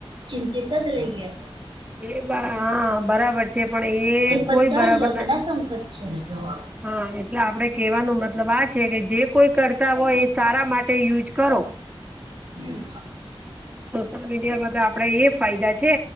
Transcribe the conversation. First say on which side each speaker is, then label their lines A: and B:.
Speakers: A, on the right; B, on the right.
A: ચિંતતદ રહીયે.
B: એ બા હા બરાબર છે, પણ એ કોઈ
A: બધા
B: બરાબર
A: લતના
B: ના
A: <inaudible>
B: હા એટલે આપડે કેવાનું મતલબ આ છે, કે જે કોઈ કરતા હોય, એ સારા માટે યુઝ કરો.
A: હમ્મ
B: સોશિયલ મીડિયા માં તો આપડે એ ફાયદા છે,